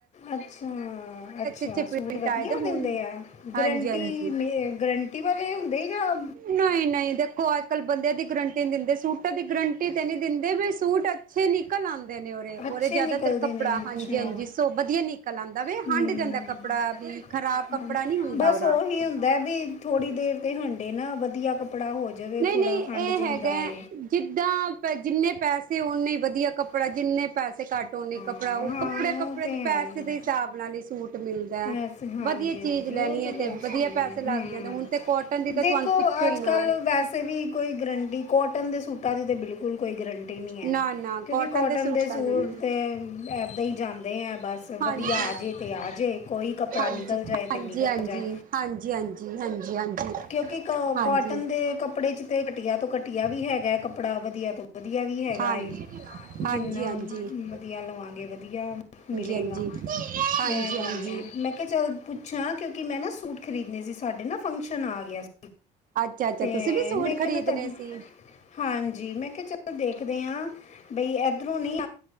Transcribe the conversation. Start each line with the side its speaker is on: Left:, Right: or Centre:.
Left: ਅੱਛਾ-ਅੱਛਾ।
Right: ਅੱਛੇ ਪ੍ਰਿੰਟ
Left: ਸੂਟ ਵਧੀਆ
Right: ਆਏ ਦੇ ਹੁਣ
Left: ਦਿੰਦੇ ਆ। ਗਰੰਟੀ
Right: ਹਾਂਜੀ ਹਾਂਜੀ
Left: ਮੇ ਗਰੰਟੀ ਵਾਲੇ ਹੁੰਦੇ। ਜਾਂ
Right: ਨਹੀਂ, ਨਹੀਂ। ਦੇਖੋ ਅੱਜ, ਕੱਲ ਬੰਦੇਿਆਂ ਦੀ ਗਰੰਟੀ ਨਹੀਂ ਦਿੰਦੇ ਸੂਟ ਦੀ ਗਰੰਟੀ ਤੇ ਨਹੀਂ ਦਿੰਦੇ ਵੀ ਸੂਟ ਅੱਛੇ ਨਿਕਲ ਆਂਦੇ। ਉਰੇ ਉਰੇ
Left: ਅੱਛੇ
Right: ਜ਼ਿਆਦਾਤਰ
Left: ਨੇ ਨਿਕਲਦੇ
Right: ਕੱਪੜਾ
Left: ਨੇ ਅੱਛਾ
Right: ਹਾਂਜੀ, ਹਾਂਜੀ ਸੋ ਵਧੀਆ ਨਿਕਲ ਆਉਂਦਾ ਵੈ
Left: ਨਿਕਲਦਾ
Right: ਹੰਡ ਜਾਂਦਾ
Left: ਹੁੰਦਾ ਵੇ ਹਮ
Right: ਕੱਪੜਾ ਵੀ ਖ਼ਰਾਬ
Left: ਹਾਂ
Right: ਕੱਪੜਾ ਨੀ ਹੁੰਦਾ
Left: ਬਸ
Right: ਓਦਾ।
Left: ਨਾਲ ਉਹੀ ਹੁੰਦਾ ਵੀ ਥੋੜ੍ਹੀ ਦੇਰ ਤੇ ਹੰਡੇ ਨਾ ਵਧੀਆ ਕੱਪੜਾ ਹੋ ਜਾਵੇ
Right: ਨਹੀਂ
Left: ਥੋੜ੍ਹਾ
Right: ਨਹੀਂ
Left: ਹੰਡ
Right: ਇਹ ਹੈਗਾ
Left: ਨਹੀਂ ਜਾਂਦਾ ਏ
Right: ਜਿੱਦਾਂ ਪ ਜਿੰਨੇ ਪੈਸੇ ਨੇ ਵਧੀਆ ਕੱਪੜਾ
Left: ਹੀ
Right: ਜਿੰਨੇ ਪੈਸੇ ਕੱਟ ਕੱਪੜਾ
Left: ਘੱਟ
Right: ਉਹ
Left: ਹਾਂ ਹਾਂ
Right: ਕੱਪੜੇ ਕੱਪੜੇ
Left: ਉਹ ਤੇ
Right: ਦੇ
Left: ਹੈ
Right: ਪੈਸੇ
Left: ਹੀ
Right: ਦੇ
Left: ਹੈ।
Right: ਹਿਸਾਬ ਨਾਲ ਹੀ ਸੂਟ ਮਿਲਦਾ
Left: ਵੈਸੇ ਹਾਂਜੀ
Right: ਵਧੀਆ ਚੀਜ਼
Left: ਹਾਂਜੀ
Right: ਲੈਣੀ
Left: ਉਹ
Right: ਹੈ
Left: ਗੱਲ
Right: ਤੇ ਵਧੀਆ
Left: ਸਹੀ
Right: ਪੈਸੇ
Left: ਹੈ
Right: ਲੱਗ
Left: ਹੂੰ
Right: ਜਾਂਦੇ ਹੁਣ ਤੇ ਕੋਟਨ ਦੀ ਤਾਂ
Left: ਦੇਖੋ
Right: ਤੁਹਾਨੂੰ ਪੁੱਛੋ
Left: ਅੱਜ
Right: ਹੀ ਨਾ
Left: ਕੱਲ੍ਹ
Right: ਹੈ।
Left: ਵੈਸੇ ਵੀ ਕੋਈ ਗਰੰਟੀ ਕੋਟਨ ਦੇ ਸੂਟਾਂ ਦੀ ਤਾਂ ਬਿਲਕੁਲ ਕੋਈ ਗਰੰਟੀ ਨਹੀਂ ਹੈ
Right: ਨਾ ਨਾ
Left: ਕਿਉਂਕਿ ਕੋਟਨ
Right: ਸੂਟਾਂ
Left: ਦੇ ਸੂਟ
Right: ਦੀ ਨੀ
Left: ਤਾਂ ਇੱਦਾਂ ਹੀ ਜਾਂਦੇ ਹੈ ਬਸ
Right: ਹਾਂਜੀ
Left: ਵਧੀਆ ਆ ਜੇ ਅਤੇ ਆ ਜੇ ਕੋਈ ਕੱਪੜਾ
Right: ਹਾਂਜੀ
Left: ਨਿਕਲ ਜਾਏ ਤੇ
Right: ਹਾਂਜੀ
Left: ਨਿਕਲ
Right: ਹਾਂਜੀ
Left: ਜਾਏ
Right: ਹਾਂਜੀ ਹਾਂਜੀ ਹਾਂਜੀ ਹਾਂਜੀ
Left: ਕਿਉਂਕਿ ਕ
Right: ਹਾਂਜੀ ਹਾਂਜੀ
Left: ਕੋਟਨ ਦੇ ਕੱਪੜੇ 'ਚ ਤੇ ਘਟੀਆ ਤੋਂ ਘਟੀਆ ਵੀ ਹੈਗਾ ਕੱੜਾ ਵਧੀਆ ਤੋਂ ਵਧੀਆ ਵੀ ਹੈਗਾ
Right: ਹਾਂਜੀ ਹਾਂਜੀ
Left: ਜਿੰਨਾ
Right: ਹਾਂਜੀ
Left: ਵਧੀਆ ਲਵਾਂਗੇ ਵਧੀਆ ਮਿਲੇਗਾ
Right: ਹਾਂਜੀ ਹਾਂਜੀ
Left: ਇਹ ਗੱਲ
Right: ਹਾਂਜੀ
Left: ਹੈ ਚਲ ਪੁੱਛਿਆ ਕਿਉਂਕਿ ਮੈਂ ਨਾ ਸੂਟ ਖਰੀਦਣੇ ਸੀ ਸਾਡੇ ਨਾ ਫੰਕਸ਼ਨ ਆ ਗਿਆ ਸੀ।
Right: ਅੱਛਾ ਅੱਛਾ
Left: ਤੇ
Right: ਤੁਸੀਂ ਵੀ ਸੂਟ
Left: ਮੈਂ ਕਿਹਾ
Right: ਖਰੀਦਣੇ
Left: ਮੈਂ ਤੁਹਾਡੇ
Right: ਸੀ
Left: ਹਾਂਜੀ ਮੈਂ ਕਿਹਾ ਚਲੋ ਦੇਖ ਦੇਖਦੇ ਹ ਬਈ ਇਧਰੋਂ ਨੀ